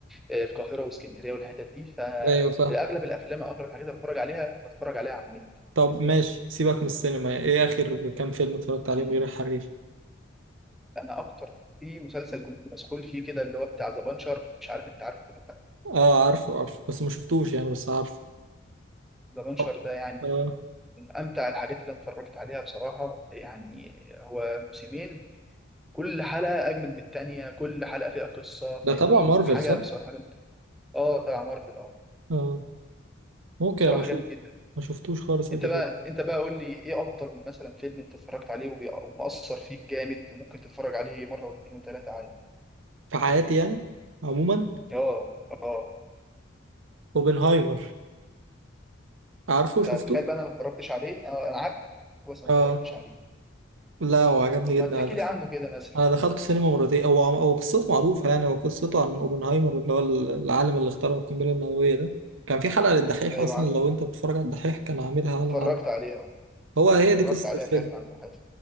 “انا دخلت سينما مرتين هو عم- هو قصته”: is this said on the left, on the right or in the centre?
Right